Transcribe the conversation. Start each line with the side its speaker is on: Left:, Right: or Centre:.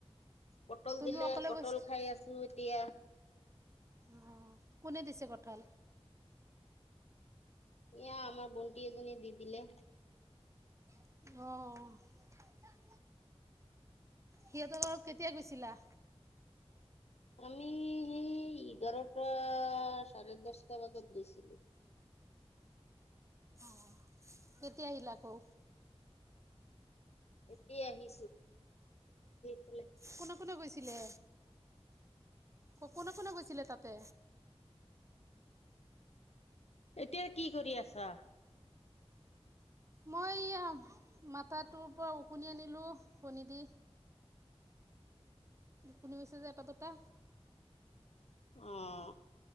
Left: পটল
Right: তুমিও
Left: দিলে,
Right: অকলে
Left: পটল
Right: গৈছিল?
Left: খাই আছো এতিয়া।
Right: অ কোনে দিছে কঠাল
Left: ইয়া আমাৰ বনটি এজনি দি দিলে।
Right: অ', সিহঁতৰ ব কেতিয়া গৈছিলা
Left: আমি এই এঘাৰটা চাৰে দচটা বজাত গৈছিলো।
Right: অ', কেতিয়া আহিলা আকৌ?
Left: এতি আি চেই
Right: কোনে কোনে গৈছিলে? ক কোনে কোনে গৈছিলে তাতে
Left: এতিয়া কি কৰি আছা?
Right: মই আ, মাথাটোৰ পৰা ওকণি আনিলোঁ, কণী দি কুনি বেছে যে এটা দুটা।
Left: অ',